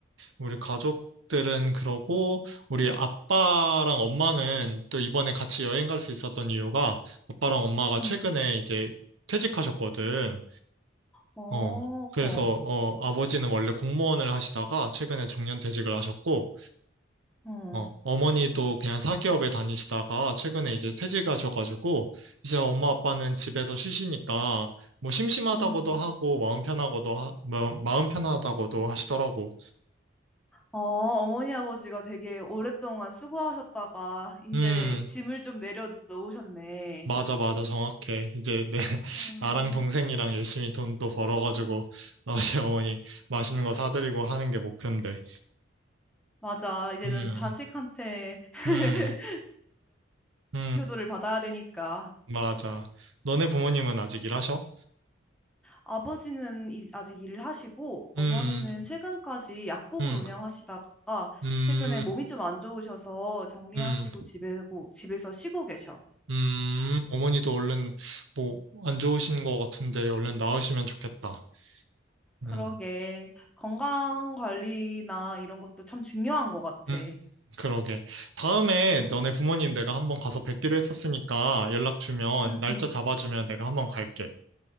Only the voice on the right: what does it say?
우리 가족들은 그러고 우리 아빠랑 엄마는 또 이번에 같이 여행 갈 수 있었던 이유가 아빠랑 엄마가
최근에 이제 퇴직하셨거든.
어, 그래서,
어, 아버지는 원래 공무원을 하시다가 최근에 정년 퇴직을 하셨고,
어, 어머니도 그냥 사기업에 다니시다가 최근에 이제 퇴직하셔가지고, 이제 엄마 아빠는 집에서 쉬시니까, 뭐 심심하다고도
하고, 마음 편하고도, 하, 마, 마음 편하다고도 하시더라고.
음,
맞아, 맞아, 정확해. 이제 내, <laughs>
나랑 동생이랑 열심히 돈 또 벌어가지고, <laughs> 아버지 어머니 맛있는 거 사드리고 하는 게 목표인데.
음,
음, 음.
맞아. 너네 부모님은 아직 일하셔?
음,
음,
음,
음,
음. 어머니도 얼른 뭐 안 좋으신 것 같은데 얼른 나으시면 좋겠다. 음,
음, 음. 그러게. 다음에
너네 부모님 내가 한번 가서 뵙기로 했었으니까 연락 주면
날짜
잡아주면 내가 한번 갈게.